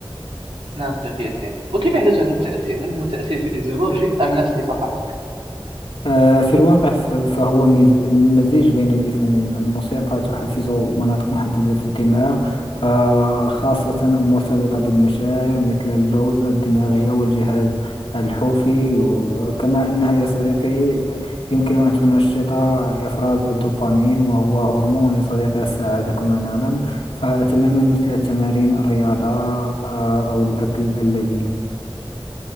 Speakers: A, on the right (about 75°); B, on the left (about 75°).
A: نعم صديقي ياسين وكيف يحدث هذا التأثير؟ هل هو تأثير فيزيولوجي أم نفسي فقط؟
B: آه، في الواقع ف- فهو مز- مزيج بين الاثنين الموسيقى تحفز مناطق محددة في الدماغ فخاصة المرتبطة بالمشاعر مثل اللوزة الدماغية والجهاز الحوفي و- كما أنها يا صديقي يمكن أن تنشط إفراز الدوبامين وهو هرمون يا صديقي السعادة كما نعلم فتماما مثل التمارين الرياضة آه، أو الأكل اللذيذ